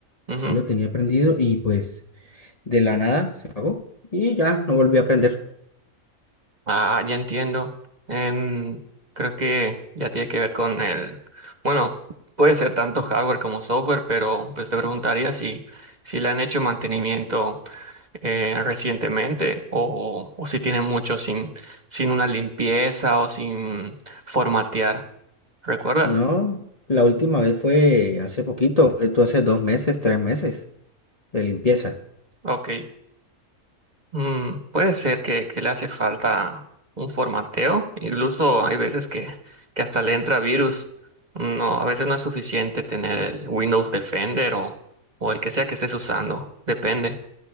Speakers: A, on the right (about 30°); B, on the left (about 30°).
A: Ujú.
B: yo lo tenía prendido y pues de la nada se apagó y ya no volví a prender.
A: Ah, ya entiendo. Em, creo que ya tiene que ver con el... Bueno, puede ser tanto hardware como software, pero pues te preguntaría si, si le han hecho mantenimiento eh, recientemente o, o si tiene mucho sin, sin una limpieza o sin formatear. ¿Recuerdas?
B: No, la última vez fue hace poquito, fue tú hace dos meses, tres meses de limpieza.
A: Ok. Mm, puede ser que, que le hace falta un formateo, incluso hay veces que, que hasta le entra virus. No, a veces no es suficiente tener el Windows Defender o, o el que sea que estés usando, depende.